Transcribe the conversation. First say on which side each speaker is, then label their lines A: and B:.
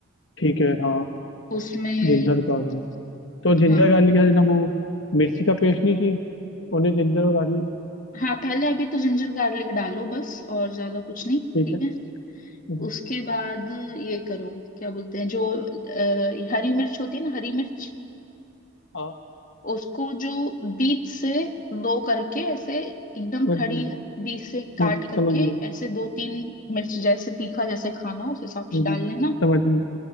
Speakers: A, on the left (about 60°); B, on the left (about 40°).
A: ठीक है हाँ
B: उसमें
A: जिंजर गार्लिक तो जिंजर
B: हाँ
A: गार्लिक है ना वो मिर्ची का पेस्ट नहीं चाहिए ओनली जिंजर और गार्लिक
B: हाँ पहले अभी तो जिंजर गार्लिक डालो बस और ज्यादा कुछ नहीं
A: ठीक
B: ठीक
A: है
B: है
A: हम्म,
B: उसके बाद ये करो क्या बोलते हैं जो अ, हरी मिर्च होती है ना हरी मिर्च
A: हाँ
B: उसको जो बीच से दो करके ऐसे एकदम
A: समझ
B: खड़ी
A: गया
B: बीच से
A: हम्म,
B: काट करके
A: समझ गया
B: ऐसे दो तीन मिर्च जैसे तीखा जैसे खाना हो, उस हिसाब
A: हम्म,
B: से डाल लेना
A: समझ गया